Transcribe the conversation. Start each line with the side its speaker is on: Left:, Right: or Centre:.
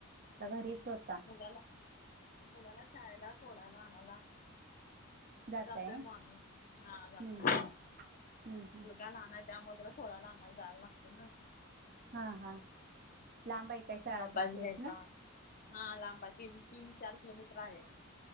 Right: तर घरीच होता.
Left: मुलाला मुलाला शाळेला सोडायला आणायला.
Right: जाताय
Left: जातय मॉर्नि हा जातोय
Right: हं हं
Left: मुलगा
Right: हं हं
Left: लहान त्यामुळ त्याला सोडायाला आणायला जायला लागते ना.
Right: हा हा लांब हाय काय? शाळा
Left: अभयास
Right: तुमच्या
Left: घ्यायचा
Right: इथनं
Left: हा लांबा तीन तीन चार किलोमीटर आहे.